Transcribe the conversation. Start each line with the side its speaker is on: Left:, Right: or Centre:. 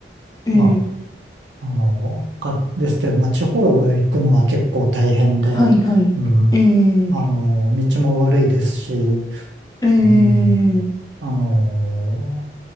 Left: ええ
Right: まあ、あの、か、ですけど、まあ、地方へ行くのは結構大変で、
Left: はいはい。
Right: うん、
Left: ええ
Right: あの、道も悪いですし、
Left: ええ
Right: うん、あの